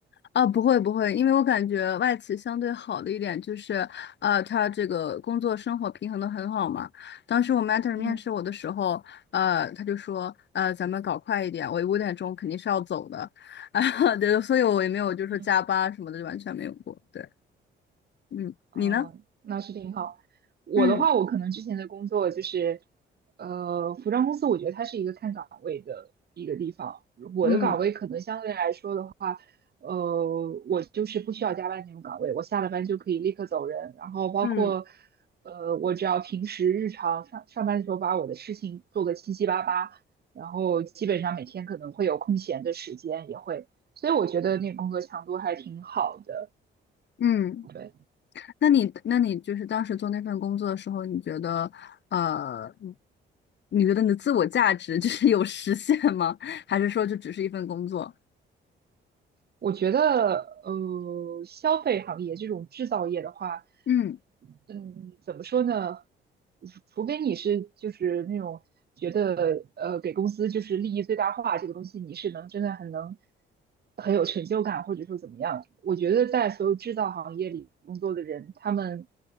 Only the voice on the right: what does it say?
嗯
嗯。
哦，
那是挺好。我的话，
我可能之前的工作就是，呃，服装公司，我觉得它是一个看岗位的一个地方。我的岗位可能相对来说的话，
呃，我就是不需要加班那种岗位，我下了班就可以立刻走人。然后包括，
呃，我只要平时日常上上班的时候把我的事情做个七七八八，然后基本上每天可能会有空闲的时间，也会，所以我觉得那个工作强度还挺好的。
对。
我觉得，呃，消费行业这种制造业的话，
嗯，怎么说呢？除除非你是就是那种觉得，呃，给公司就是利益最大化这个东西，你是能真的很能很有成就感，或者说怎么样？我觉得在所有制造行业里工作的人，他们